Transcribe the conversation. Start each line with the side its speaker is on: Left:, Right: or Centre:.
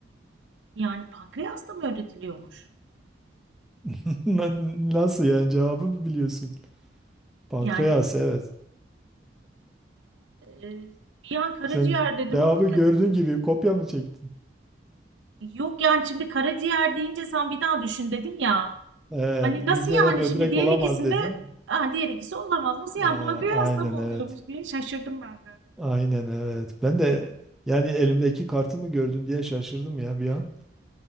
Right: yani pankreas da mı öğretiliyormuş?
Centre: <laughs> Na- Nasıl yani cevabı biliyorsun. Pankreas
Right: Yani
Centre: evet.
Right: e, bir an karaciğer
Centre: Sen
Right: dedim
Centre: cevabı
Right: ama
Centre: gördüğün gibi kopya mı çektin?
Right: yok yani şimdi karaciğer deyince sen bir daha düşün dedin ya.
Centre: Ee,
Right: Hani
Centre: mide
Right: nasıl yani
Centre: ve böbrek
Right: şimdi diğer
Centre: olamaz
Right: ikisinde
Centre: dedin.
Right: ha, diğer ikisi olamaz. Nasıl yani
Centre: Ee,
Right: pankreasla
Centre: aynen
Right: mı oluyormuş
Centre: evet.
Right: diye şaşırdım ben de.
Centre: Aynen evet. Ben de yani elimdeki kartı mı gördün diye şaşırdım ya bir an.